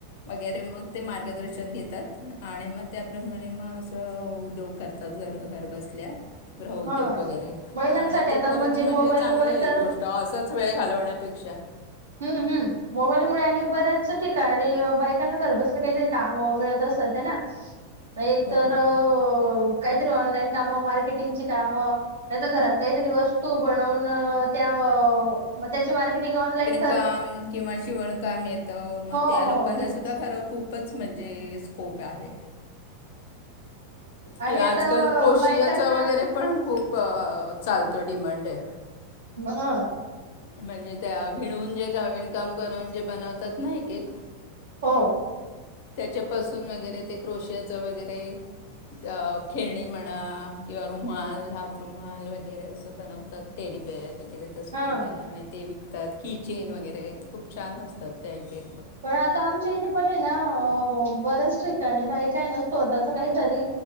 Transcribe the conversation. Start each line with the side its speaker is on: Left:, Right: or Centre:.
Left: वगैरे मग ते मार्गदर्शन घेतात आणि मग त्याप्रमाणे मग असं. उद्योग करतात घर घर बसत. ल्या ग्रहउद्योग
Right: हा
Left: वगैरे
Right: महिलांसाठी
Left: आणि ते
Right: आता
Left: खरंच म्हणजे
Right: मोबाईलमुळे
Left: चांगलं आहे
Right: तर
Left: गोष्ट असाच वेळ घालवण्यापेक्षा.
Right: हम्म हम् मोबाईलमुळे आणि बऱ्याच ठिकाणी आणि बायकांना घर बसलं काहीतरी काम ओ मिळत असत ह ना. एक
Left: हो
Right: तर अअ. काहीतरी ऑनलाईन काम मार्केटिंग काम नाहीर घरात काहीतरी वस्तू बनवन. अअअ मत्याची मार्केटिंग ओनलाईन.
Left: काम किंवा शिवणकाम येत मग
Right: हो
Left: त्या
Right: हो
Left: लोकांना
Right: तेच
Left: सुद्धा खर. खूपच म्हणजे स्कोप आहे. कि
Right: आणि
Left: आजकाल
Right: आता
Left: क्रोशियाच
Right: अ, बायकांना
Left: वगैरे पण खूप चालतो अ डिमांडे.
Right: हा.
Left: म्हणजे त्या विणून जे गारमेंट काम करून जे बनवतात ना एक एक
Right: हो.
Left: त्याच्यापासून वगैरे ते क्रोशियाच वगैरे, त्या खेणी म्हणा किंवा रुमाल हात रुमाल वगैरे असं बनवतात तेडीबेर वगैरे तसं
Right: हा
Left: काय आणि ते वि त्यात किचेन वगैरे खूप छान असतात त्या एके
Right: पण आता आमच्या इथे पणेना अ बर्याच ठिकाणी बाई काय ना स्वतःच काहीतरी